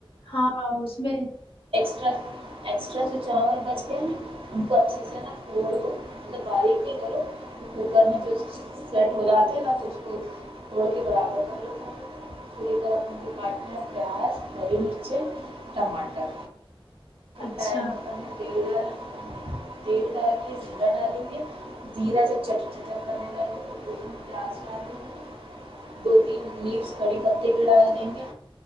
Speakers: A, on the left; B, on the right.
A: ہاں اس میں
B: سٹرا ایکسٹرا جو چاول بچ گئے ہیں نا ان کو اچھے سے نا پھوڑ دو مطلب باریک نہیں کرو کوکر میں جو سیٹ ہو جاتا ہے نا تو اس کو پھوڑ کے برابر کر لو کو پوری طر اپ ان کو کاٹنا ہے پیاز ہری مرچیں ٹماٹر
A: اچھا
B: ٹم اپ میں چ تیل ڈال کے زیرا ڈالیں گے زیرا جب چٹ چٹر کرنے لالیں دو تین پیاز ڈال دیں گے دو تین نیز کڑی پتے کی ڈال دیں گے